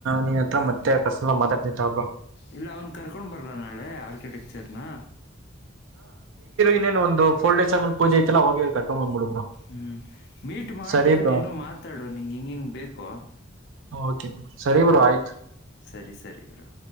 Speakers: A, on the right; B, on the left.
A: ನಿನ್ ಹತ್ರ ಮತ್ತೆ <unintelligible> ಮತಾಡ್ತೀನಿ ತಾ ಬ್ರೋ.
B: ಇಲ್ಲ ಅವ್ನ್ ಕರ್ಕೊಂಡ್ ಬರ್ಲ್ಲ ನಾಳೆ ಆರ್ಕಿಟೆಕ್ಚರ್ ನ.
A: ನ್ ಒಂದು ಫೊರ್ ಡೇಸ್ ನಲ್ಲಿ ಪೂಜೆ ಐತಲ್ಲ ಅವಾಗೆ ಕರ್ಕೊಂಡ್ ಬಂದ್ಬಿಡು. ಬ್ರೋ
B: ಹ್ಮ್ ಮೀಟ್ ಮಾಡ್ಬಿಟ್ಟು
A: ಸರಿ ಬ್ರೋ
B: ನೀನು ಮಾತಾಡು ನಿಂಂಗ ಹಿಂಗ ಹಿಂಗ್ ಬೇಕೋ.
A: ಹ ಓಕೆ ಸರಿ
B: ಹ್ಮ್
A: ಬ್ರೋ ಆಯ್ತು
B: ಸರಿ ಸರಿ ಬ್ರೋ.